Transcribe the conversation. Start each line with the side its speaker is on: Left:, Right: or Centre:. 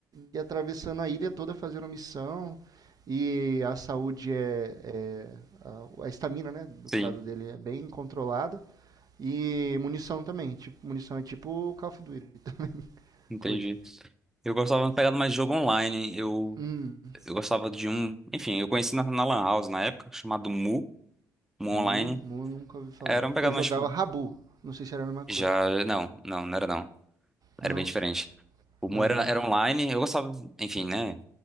Right: ir atravessando a ilha toda fazendo missão e a saúde é, é a- a estamina, né, do
Centre: sim.
Right: caso dele é bem controlada e munição também, tipo, munição é tipo o Call of Duty, <laughs>
Centre: Entendi.
Right: Code.
Centre: Eu gostava de pegar mais de jogo online. Eu,
Right: Hum,
Centre: eu gostava de um. Enfim, eu conheci na, na Lan House na época, chamado Mu. um online,
Right: Mu, Mu eu nunca ouvi falar.
Centre: era um pegado
Right: Eu jogava
Centre: mais, tipo,
Right: Rabu, não sei se era a mesma coisa.
Centre: já, não, não, não era não, era
Right: Não.
Centre: bem diferente. O Mu
Right: Aham.
Centre: era, era online, eu gostava, enfim, né,